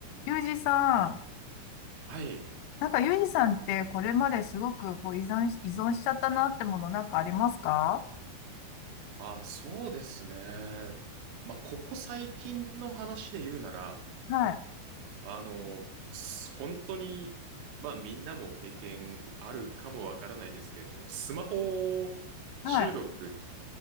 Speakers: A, on the left (about 90°); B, on the right (about 80°).
A: ユージさん、
B: はい。
A: なんかユージさんってこれまですごくこう依存し、依存しちゃったなってものなんかありますか
B: あ、そうですね。まあ、ここ最近の話で言うなら、
A: はい、
B: あの、す本当に、まあ、みんなも経験あるかもわからないですけれども、スマホ中毒っ
A: はい、